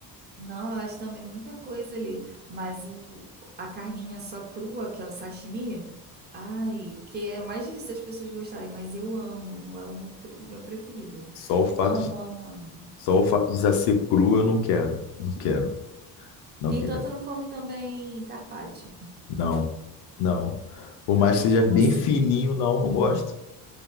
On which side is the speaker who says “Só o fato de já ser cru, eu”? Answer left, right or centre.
Left